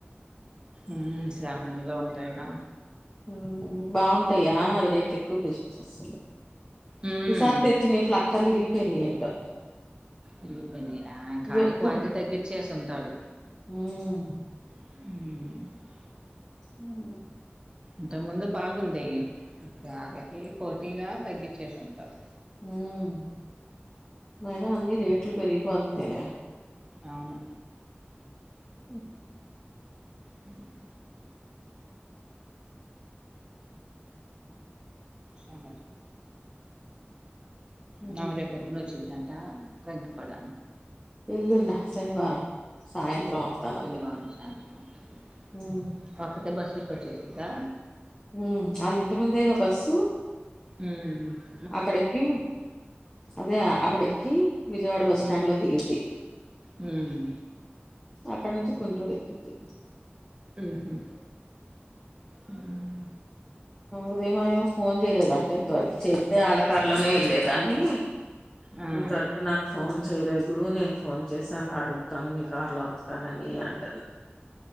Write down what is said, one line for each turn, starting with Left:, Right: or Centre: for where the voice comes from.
Right: ఉమ్ శ్రావణిలో ఉంటాయిగా
Left: ఉమ్ బాగుంటాయా అది రేట్లు ఎక్కువ పిసిపిస్తు
Right: హ్మ్.
Left: ఈసారీ దీని
Right: అనంట.
Left: ప్లాక్కార్లు విరిగి పోయినయ్ ఏంటో
Right: ఇరిగి పోయిన్య ఆడు
Left: ఎప్పుడు
Right: క్వాలిటీ తగ్గచ్చేసి ఉంటాడు
Left: ఉమ్
Right: హూమ్
Left: ఉమ్
Right: ఇంతకుముందు బాగుండేవి ఇప్పుడు ఆళ్లకి పోటీగా తగ్గించేసింటాడు
Left: ఉమ్ అయినా అన్ని రేట్లు పెరిగిపోతున్నాలే
Right: అవును
Left: హూం
Right: ఉమ్ ఉమ్
Left: ఉమ్
Right: నాయి రేపు పొద్దున చిటంట్ట కంకిపాడ
Left: ఎల్లుండా శనివారం సాయంత్రం వత్తనంది
Right: ఆ సాయంత్రం వస్తానందా
Left: ఉమ్
Right: ఒక్కతే బస్ ఎక్కి వచ్చేసిద్దా
Left: ఉమ్ వాళ్ళ ఇంటి ముందేగా బస్సు
Right: ఉమ్
Left: అక్కడెక్కి అదే అక్కడెక్కి విజయవాడ బస్
Right: హ్మ్
Left: స్టాండ్ లో దిగిద్ది
Right: హ్మ్
Left: అక్కడ నుంచి గుంటూరు ఎక్కిద్ది
Right: ఉహు హోమ్
Left: ఉదయం ఆమ ఫోన్ చేయలేదు అంట ఇంతవరకు చేతే ఆళ్లకారులోనే వెళ్లేదాన్ని
Right: ఆ
Left: ఇంత వరకు నాక్ ఫోన్ చేయలేదు నేను ఫోన్ చేసైనా అడుగుతాను మీ కార్ లో వస్తానని అంటారు